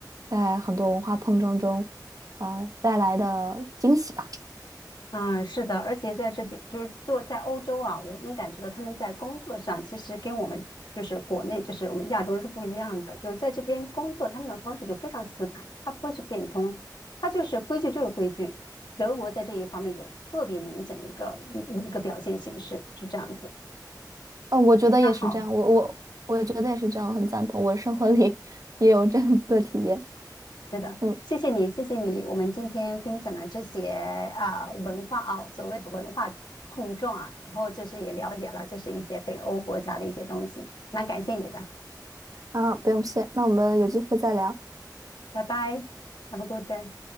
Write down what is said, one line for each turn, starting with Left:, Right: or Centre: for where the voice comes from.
Right: 在很多文化碰撞中。啊，带来的惊喜吧。
Left: 嗯，是的，而且在这边就是做在欧洲啊，我能感觉到他们在工作上其实跟我们就是国内就是我们亚洲人是不一样的，就是在这边工作他们的方式就非常死板，他不会去变通，他就是规矩就是规矩。德国在这一方面有特别明显的一个一一个表现形式是这样子。
Right: 呃，我觉得也是这样，
Left: 那好。
Right: 我我我也觉得也是这样，很赞同。我生活里 <laughs> 也有这样的体验。
Left: 对的，
Right: 嗯，
Left: 谢谢你，谢谢你。我们今天分享的这些啊文化啊，所谓的文化碰撞啊，然后就是也了解了，就是一些北欧国家的一些东西。蛮感谢你的，
Right: 啊，不用谢，那我们有机会再聊。
Left: 拜拜，Have a good day。